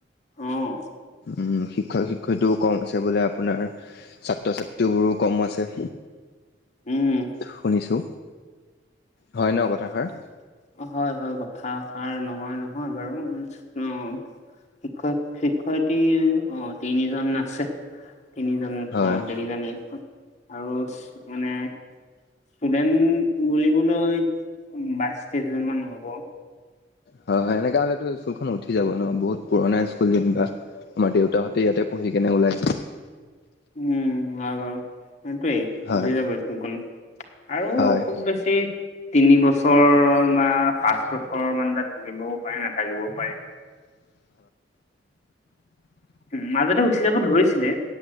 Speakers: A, on the left (about 40°); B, on the left (about 60°).
A: অ'
B: উম শিক্ষক-শিক্ষয়িত্ৰীও কম আছে বোলে আপোনাৰ। ছাত্ৰ-ছাত্ৰীবোৰো কম আছে।
A: উম
B: শুনিছো
A: <unintelligible>
B: হয় ন কথাষাৰ?
A: হয় হয়, কথাষাৰ নহোৱা নহয় বাৰু অ' শিক্ষক-শিক্ষয়িত্ৰী, অ' তিনিজন আছে। তিনিজন,
B: হয়
A: অ' তিনিজনী আৰু মানে ষ্টুডেন্ট বুলিবলৈ বাইছ, তেইছজন মান হ'ব।
B: হয় হয়, এনেকা হ'লেতো স্কুলখন উঠি যাব ন' বহুত পুৰণা স্কুল যেনিবা। আমাৰ দেউতাহঁতে ইয়াতে পঢ়ি কেনে ওলাইছিল।
A: উম' <unintelligible>
B: হয়
A: উঠি যাব স্কুলখন। আৰু
B: হয়
A: খুব
B: হয়।
A: বেছি তিনিবছৰ বা পাঁচবছৰ মান তাত থাকিবও পাৰে, নাথাকিবও পাৰে। উম মাজতে উঠি যাব ধৰিছিলে।